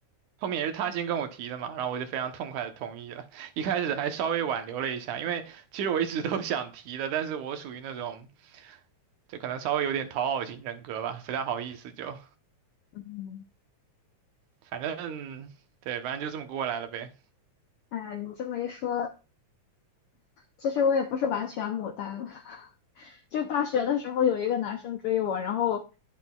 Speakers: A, on the right (about 80°); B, on the left (about 70°).
A: 后面也是他先跟我提的嘛，然后我就非常痛快的同意了。一开始还稍微挽留了一下，因为其实我一直都想提的，但是我属于那种就可能稍微有点讨好型人格吧，不太好意思就，
B: 嗯，
A: 反正对，反正就这么过来了呗。
B: 哎，你这么一说，其实我也不是完全牡丹，<laughs> 就大学的时候有一个男生追我，然后